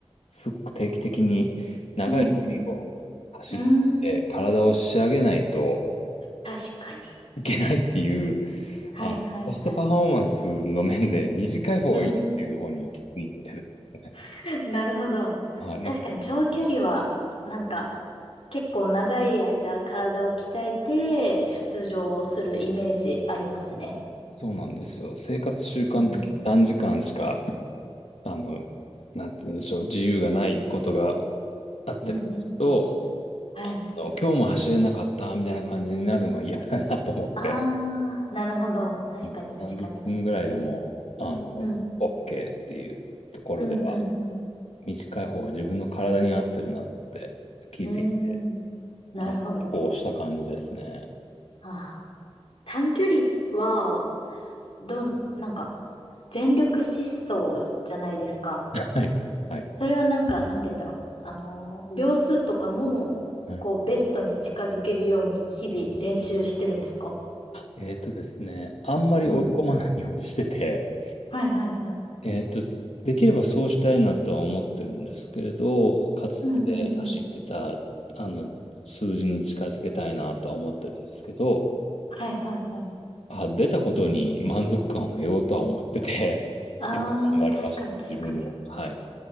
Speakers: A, on the left; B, on the left.
A: すごく定期的に長い距離を走って体を仕上げないと
B: うんうん。うーん。確かに。
A: いけないっていう、
B: はいはいはい。
A: あの、コストパフォーマンスの面で短い方がいいなっていう方に気づいてですね。
B: うん。<laughs> なるほど。
A: はい、まあ、
B: 確かに長距離は、なんか、結構長い間体を鍛えて出場するイメージありますね。
A: そうなんですよ。生活習慣的に短時間しか、
B: うん。
A: あの、なんて言うんでしょう、自由がないことがあったりすると、
B: うんうんうん。はい。
A: あの今日も走れなかったみたいな感じになるのが嫌だなと思って、
B: あー、なるほど。確かに確かに。
A: うん30分ぐらいでも、あの、
B: うん。
A: OK っていうところでは、
B: うんうんうん。
A: 短い方が自分の体に合ってるなって気づい
B: うーん。なるほど。
A: た、こうした感じですね。
B: ああ。短距離は、どん、なんか、全力疾走じゃないですか。
A: はい。はい。
B: それはなんか、なんて言うんだろう。あのー秒数とかも、
A: はい。
B: こう、ベストに近づけるように日々練習してるんですか
A: えっとですね、あんまり追い込まないようにしてて、
B: うん。はいはいはい。
A: えっと、できればそうしたいなとは思ってるんですけれど、かつて走ってた、
B: うんうんうん。
A: あの、数字に近づけたいなとは思ってるんですけど、
B: はいはいはい。
A: あ、出たことに満足感を得ようとは思ってて、<laughs>
B: ああ、
A: よく頑張りました、
B: 確かに確かに。
A: 自分も。はい。